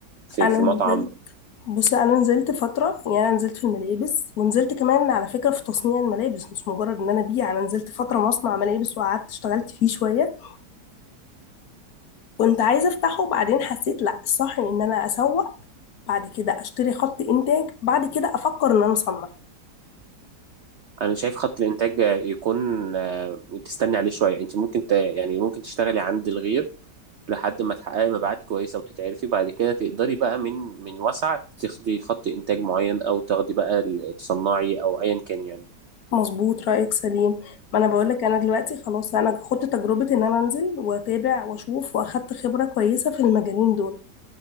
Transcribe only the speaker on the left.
انا
نزلت
بص انا نزلت فتره يعني انا نزلت في الملابس ونزلت كمان على فكره في تصنيع الملابس مش مجرد ان انا ابيع انا نزلت فتره مصنع ملابس وقعدت اشتغلت فيه شويه كنت عايزه افتحه وبعدين حسيت لا الصح ان انا اسوق بعد كده اشتري خط انتاج بعد كده افكر ان انا اصنع
مظبوط رأيك سليم ما انا بقولك انا دلوقتي خلاص انا خدت تجربة ان انا انزل واتابع واشوف واخدت خبرة كويسة في المجالين دول